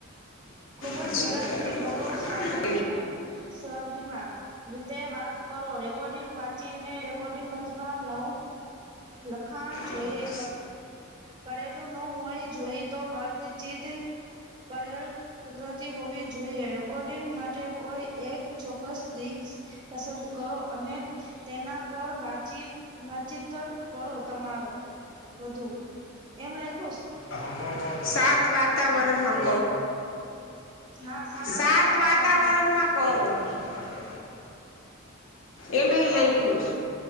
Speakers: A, on the right (about 20°); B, on the left (about 65°).
A: ખુબ જ
B: પછી
A: ઝડપ
B: કરવામાં
A: થી બોલો, સાટ અને સ્વાભિમાન રીતે વાત કરો. રેકોર્ડિંગ વાત ચીને રેકોર્ડિંગ અથવા નવ લખાણ
B: આવે
A: જોઈએ. પેલું ન હોય જોઈ તો, વાતચીત પડેલ. કુદરતી હોવી જોઈએ, રેકોર્ડિંગ માટે કોઈ એક ચોક્કસ રિકસ. પસંદ કરો અને તેના પર વાચી વાચીતન કરો તમારો. વધુ એમ લખ્યું.
B: અ. શાંત વાત. રણ માં
A: હા
B: શાંત
A: વાતાવરણમાં
B: વતાવરણ
A: કીધું
B: માં. ફરવડ. એ મે લઈખું છ